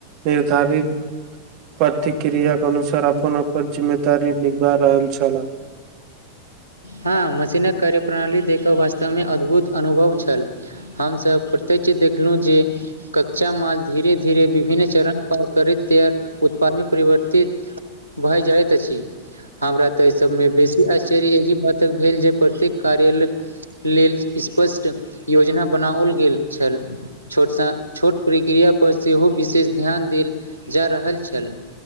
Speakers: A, on the right (about 40°); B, on the left (about 85°).
A: निर्धारित ' प्रतिक्रिय के अनुसार अपन अपन जिम्मेदारी निभा रहल छलाह
B: हँ मशीनक कार्यप्रणाली देखऽ वास्तवमे अद्भुत अनुभव छल हमसब प्रत्येक्षित देखलहुँ जे, कच्चा माल धीरे धीरे विभिन्न चरण पर करैत तैयर उत्पादमे परिवर्तित, भाए जाइत अछि हमरा ते एहि सब मे बेसी आश्चर्य एहि तक भेल जे प्रत्येक कार्यालयक लेल स्पष्ट योजना बनाओल गेल छल ' छोट सा छोट प्रक्रिया पर सेहो विशेष ध्यान देल जा रहल छल